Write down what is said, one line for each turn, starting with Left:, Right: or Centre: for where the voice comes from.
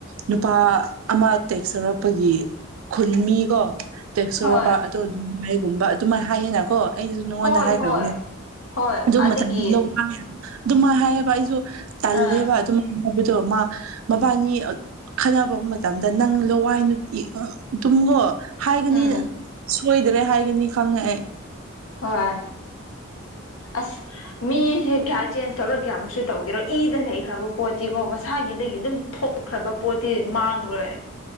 Right: ꯅꯨꯄꯥ ꯑꯃ ꯇꯦꯛꯁ ꯇꯧꯔꯛꯄꯒꯤ ꯈꯨꯟ ꯃꯤꯀꯣ ꯇꯦꯛꯁꯣꯂ
Left: ꯍꯣꯏ
Right: ꯄ ꯒꯨꯝꯕ ꯑꯗꯨꯃꯥꯏꯅ ꯍꯥꯏꯌꯦꯅꯀꯣ ꯑꯩꯁꯨ ꯅꯉꯣꯟꯗ
Left: ꯍꯣꯏ
Right: ꯍꯥꯏꯈ꯭ꯔꯕꯅꯦ
Left: ꯍꯣꯏ ꯍꯣꯏ
Right: ꯑꯗꯨ
Left: ꯑꯗꯒꯤ
Right: ꯃꯇꯝꯃꯦ ꯑꯗꯨꯃꯥꯏ ꯍꯥꯏꯌꯦ ꯏꯁꯨꯣ ꯇꯂꯦꯕ
Left: ꯑꯥ
Right: ꯑꯗꯨꯃ ꯍꯥꯏꯕꯗꯣ ꯃꯥ ꯃꯕꯥꯅꯤ ꯈꯟꯅꯕ ꯃꯇꯝꯗ ꯅꯪ ꯂꯋꯥꯏ ꯅꯨꯄꯤ ꯇꯨꯝꯒꯣ ꯍꯥꯏꯒꯅꯤꯅ
Left: ꯎꯝ
Right: ꯁꯣꯏꯗꯔꯦ ꯍꯥꯏꯒꯅꯤ ꯈꯪꯉꯛꯑꯦ
Left: ꯍꯣꯏ ꯑꯁ ꯃꯤꯁꯦ ꯀꯌꯥ ꯆꯦꯟꯖ ꯇꯧꯔ ꯀꯌꯥꯃꯨꯛꯁꯨ ꯇꯧꯒꯦꯔꯣ ꯏꯗ ꯂꯩꯈ꯭ꯔꯕ ꯄꯣꯠꯇꯤꯀꯣ ꯃꯁꯥꯒꯤꯗꯒꯤ ꯑꯗꯨꯝ ꯊꯣꯛꯈ꯭ꯔꯕ ꯄꯣꯠꯇꯤ ꯃꯥꯡꯂꯣꯏ